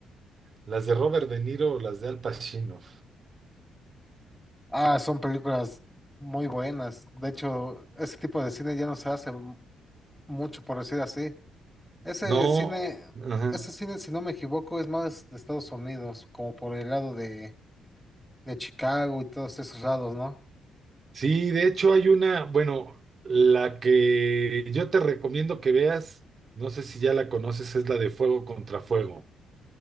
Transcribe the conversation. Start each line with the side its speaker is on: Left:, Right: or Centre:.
Right: las de Robert De Niro o las de Al Pacino.
Centre: Ah, son películas muy buenas. De hecho, ese tipo de cine ya no se hace m- mucho, por decir así. Ese
Right: No.
Centre: cine,
Right: ajá.
Centre: ese cine, si no me equivoco, es más de Estados Unidos, como por el lado de, de Chicago y todos esos lados, ¿no?
Right: Sí, de hecho hay una, bueno, la que yo te recomiendo que veas, no sé si ya la conoces, es la de Fuego contra Fuego.